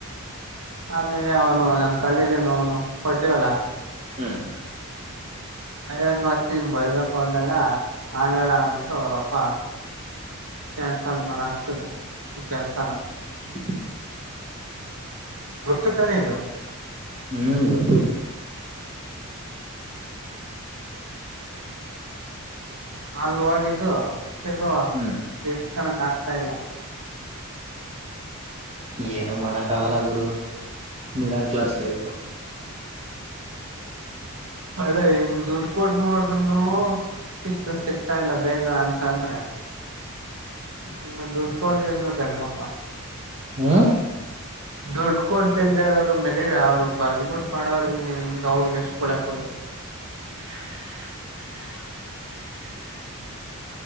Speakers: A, on the right; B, on the right.
A: ಆಮೇಲೆ ಅವನು ನಮ್ ಕಾಲೇಜನು ಅವನು ಕೊಡ್ಲಿವಲ್ಲ
B: ಹ್ಮ್
A: ಐವತ್ತು ವರ್ ನಿನ್ ಬರ್ಬೇಕು ಅಂದಾಗ ಆಂಗಲ್ಲ ಅಂದ್ಬಿಟ್ಟು ಅವ್ರಪ್ಪ ಕ್ಯಾನ್ಸಲ್ ಮಾಡ ಹಕ್ಸದೆ ಕೆಲ್ಸ
B: <unintelligible>
A: ಗೊತ್ತ ತಾನ ಇದು
B: ಹ್ಮ್ ಗೊತ್ತು
A: ಅಲ್ ಹೋಗಿದ್ದು ತಿರ್ದವ
B: ಹ್ಮ್
A: ದಿಡ್ಸ್ ಕಣಕ್ ಆಗ್ತಾ ಇಲ್ಲ
B: ಏನು ಮಾಡಕಲ್ಲ ಗುರು ಮಿಡಲ್ ಕ್ಲಾಸ್ ಲೈಫು
A: ಅಲ್ಲ ಇನ್ ದುಡ್ಡು ಕೊಟ್ಟ ಮಾಡೋದ ನವು ಸಿಗ್ತು ಸಿಗ್ತಾ ಇಲ್ಲ ಬೇಗ ಅಂತ ಅಂದ್ರ ಇ ದುಡ್ಕೊಂಡಿಂದ ಸಂಗಪ್ಪ
B: ಹ್ಮ
A: ದುಡ್ಡು ಕೊಡ್ತಿಲ್ದ ಅವರು ಮಲೆ ಅವ್ರು ಬರ್ದ ಬಿಟ್ಟು ಮಾಡೋ ಹಿಂಗ ಹಿಂಗ ಅವ್ರಗ್ ಎಷ್ಟು ಕೊಳ ಕೊಡ್ಬೇಕ <inaudible>